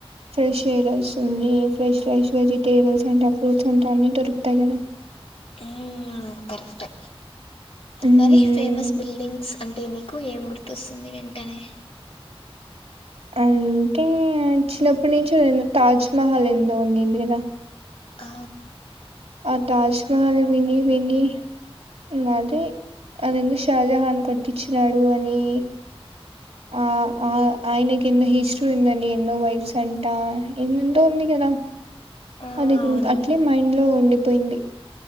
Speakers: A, on the right; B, on the left.
A: ఫ్రెష్ ఎయిర్ వస్తుంది. ఫ్రెష్ ఫ్రెష్ వెజిటేబుల్స్ అంట ఫ్రూట్స్ అంట అన్ని దొరుకుతాయి కదా.
B: హ్మ్ కరెక్టే
A: మ్మ్
B: మరి ఫేమస్ బిల్డింగ్స్ అంటే నీకు ఏం గుర్తొస్తుంది వెంటనే
A: అంటే చిన్నప్పటి నుంచి నేను తాజ్మహల్ ఎందో ఉందింది కదా.
B: అ
A: ఆ తాజ్ మాల్ విని విని ఇగా అది అది ఏంది షాజహాన్ కట్టించినాడు అని ఆ ఆ ఆయన కిందఈస్ట్ ఎన్నెన్ని ఎన్నో వైఫ్స్ అంటా ఏం ఏందో ఉంది కదా
B: ఆ
A: అది
B: అవునవును
A: ఇంక అట్లే మైండ్ లో ఉండి పోయింది